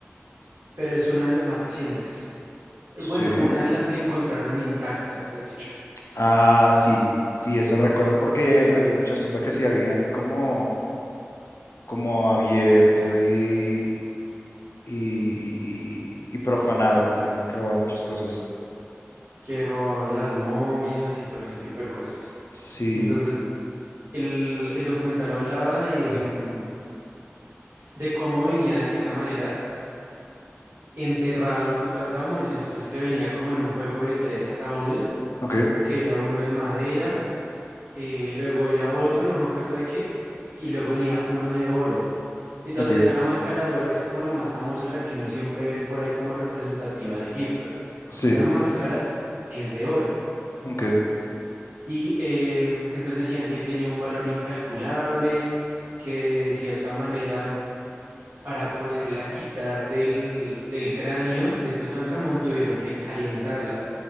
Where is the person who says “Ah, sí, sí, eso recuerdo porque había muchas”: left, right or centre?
Left